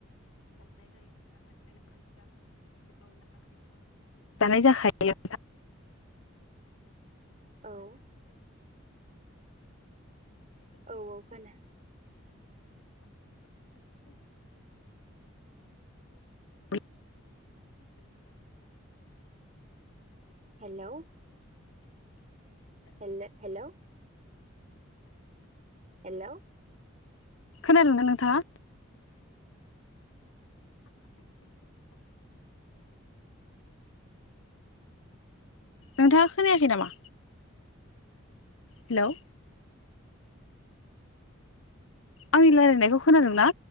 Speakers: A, on the left; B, on the right.
A: जानाय जाखायो नोंथां
B: औ औ औ खोनादों
A: आ
B: हेल' हेल हेल' हेल'
A: खोनादोंना नोंथाङा नोंथाङा खोनायाखै नामा हेल' आंनि रायलायनायखौ खोनादों ना